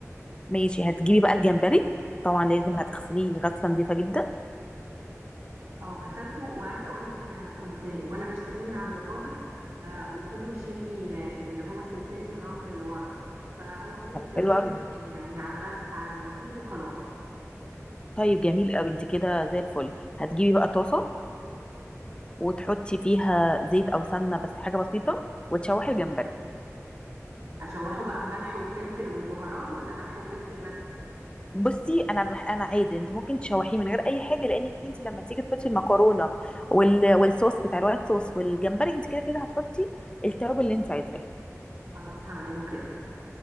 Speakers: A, on the left; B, on the right.
A: ماشي هتجيبي بقى الجمبري طبعا لازم هتغسليه غسله نظيفه جدا
B: اه غسلته وعايزه اقول لك انا كنت وانا بشتريه من عند الراجل آه قلت له يشيل لي آه اللي هو سلسله الرمل اللي ورا فهو كده الجمبري
A: حلوه قوي يعني.
B: تمام يعني على الغسل على الغسيل وخلاص
A: طيب جميل قوي انت كده زي الفل هتجيبي بقى طاسه وتحطي فيها زيت او سمنه بس حاجه بسيطه وتشوحي الجمبري
B: اشوحه بقى بملح وفلفل وبهارات ولا ملح وفلفل بس
A: بصي انا بح... انا عادي انت ممكن تشوحيه من غير اي حاجه لانك انت لما تيجي تحطي المكرونه وال... والصوص بتاع الوايت صوص والجمبري انت كده كده هتحطي التوابل اللي انت عايزاه
B: خلاص هعمله كده